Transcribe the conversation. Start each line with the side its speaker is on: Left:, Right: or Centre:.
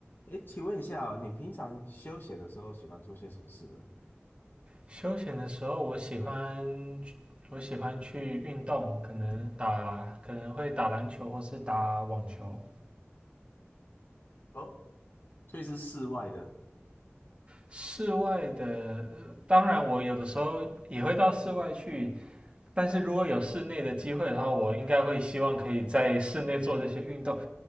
Left: 哎，请问一下哦，你平常休闲的时候喜欢做些什么事呢？
Right: 休闲的时候，我喜欢我喜欢去运动，可能打可能会打篮球或是打网球。
Left: 哦，所以是室外的，
Right: 室外的，呃当然我有的时候也会到室外去，但是如果有室内的机会的话，我应该会希望可以在室内做这些运动，